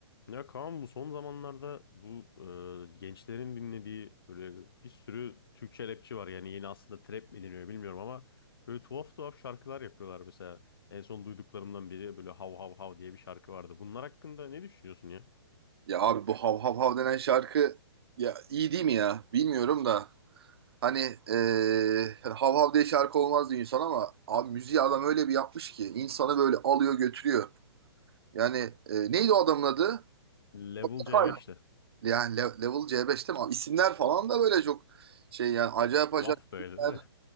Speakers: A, on the left; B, on the right.
A: Ya Kaan bu son zamanlarda bu e, gençlerin dinlediği böyle bir sürü Türkçe rapçi var. Yani yeni aslında trap mi deniyor bilmiyorum ama böyle tuhaf tuhaf şarkılar yapıyorlar. Mesela en son duyduklarımdan biri böyle Hav Hav Hav diye bir şarkı vardı. Bunlar hakkında ne düşünüyorsun ya?
B: Ya abi bu hav hav hav denen şarkı ya iyi değil mi ya? Bilmiyorum da. Hani eee, hani hav hav diye şarkı olmaz diyor insan ama abi müziği adam öyle bir yapmış ki insanı böyle alıyor götürüyor. Yani eee, neydi o adamın adı?
A: Level c
B: Fay.
A: beşte
B: Yani Le- Level c beş değil mi? Abi isimler falan da böyle çok şey yani acayip
A: Tuhaf
B: acayip
A: böyle
B: isimler.
A: değil mi?